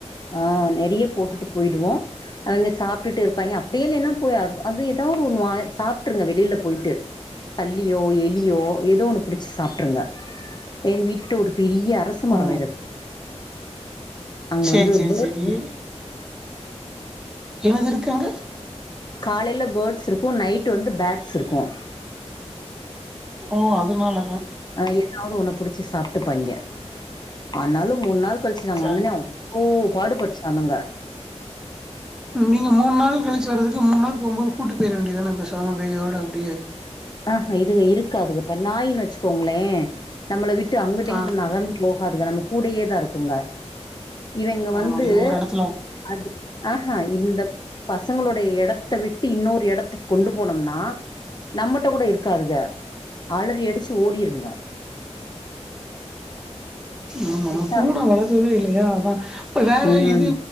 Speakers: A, on the left; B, in the centre.
A: ஆ நெறைய போட்டுட்டு போயிடுவோம் அவைங்க சாப்பிட்டுட்டு இருப்பாங்க அப்டியே இல்லன்னா போய் அது ஏதாவது ஒன்னு வ சாப்ட்டுருங்க வெளில போயிட்டு பல்லியோ எலியோ ஏதோ ஒண்ணு புடிச்சு சாப்ட்டுருங்க எங்க வீட்டு கிட்ட ஒரு பெரிய அரச மரம்
B: ஓ
A: வேற இருக்கு அங்க
B: சேரி
A: வந்து
B: சேரி
A: பட்ஸ்
B: சேரி யாரு இருக்காங்க
A: காலைல பர்ட்ஸ் இருக்கு நைட்டு வந்து பேட்ஸ் இருக்கும்
B: ஓ அதனால
A: ந ஏதாவது ஒன்ன புடிச்சி சாப்ட்டுபாங்க ஆனாலும் மூண் நாள் கழிச்சு நாங்க
B: சார்
A: வந்தோன்ன ஒ பாடுபட்டுச்சு ஜனங்க
B: நீங்க மூணு நாள் கழிச்சி வரதுக்கு மூணு நாள் போபோது கூட்டு போயிட வேண்டியதானே பேசாம கையோட அப்டியே
A: ஆ இது இருக்காதுக இப்ப நாயின்னு வச்சுக்கோங்களே நம்மள விட்டு அங்கிட்டுஇங்குட்டு
B: ஆ
A: நகந்து போகாதுங்க நம்ம கூடேயேதா இருக்குங்க இவங்க வந்து
B: ஆமா இது ஒரு எடத்துல
A: அது ஆ ஆ இந்த பசங்களுடைய எடத்த விட்டு இன்னொரு இடத்துக்கு கொண்டு போனோனா நம்மட்ட கூட இருக்காதுங்க அலறி அடிச்சு ஓடிருங்க
B: ஆமா
A: விட்டா
B: பூன வளத்ததே இல்லங்க அதா இப்ப வேற
A: ம்
B: இது